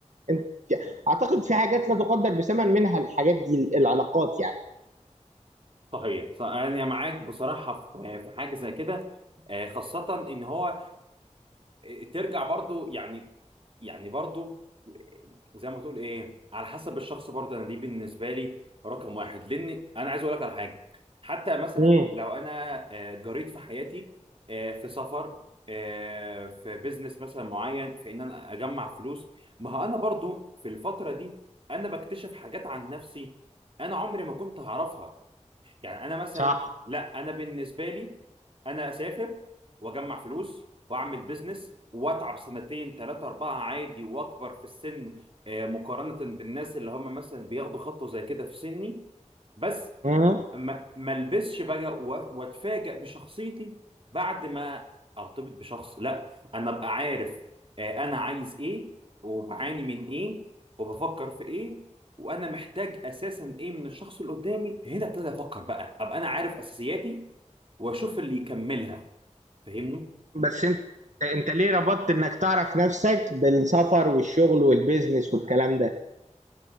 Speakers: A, on the right (about 75°); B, on the right (about 45°).
A: انت اعتقد في حاجات لا تقدر بثمن منها الحاجات دي العلاقات يعني
B: صحيح ص- أنا معاك بصراحة في في حاجة زي كده آه، خاصة إن هو آه، آه، ترجع برضو يعني يعني برضو زي ما تقول ايه على حسب الشخص برضه انا دي بالنسبه لي رقم واحد لان انا عايز اقول لك على حاجه حتى مثلا
A: امم
B: لو انا آه، جريت في حياتي آه، في سفر آه، في بيزنس مثلا معين في ان انا اجمع فلوس ما هو انا برضو في الفتره دي انا بكتشف حاجات عن نفسي انا عمري ما كنت هعرفها يعني انا مثلا
A: صح
B: لا انا بالنسبه لي انا اسافر واجمع فلوس واعمل بيزنس واتعب سنتين ثلاثه اربعه عادي واكبر في السن آه، مقارنه بالناس اللي هم مثلا بياخدوا خطوه زي كده في سني بس
A: امم
B: ما ما البسش بقى و- واتفاجئ بشخصيتي بعد ما ارتبط بشخص لا انا ابقى عارف آه، انا عايز ايه وبعاني من ايه وبفكر في ايه وانا محتاج اساسا ايه من الشخص اللي قدامي هنا ابتدي افكر بقى ابقى انا عارف اساسياتي واشوف اللي يكملها فاهمني
A: بس انت انت ليه ربطت انك تعرف نفسك بالسفر والشغل والبيزنس والكلام ده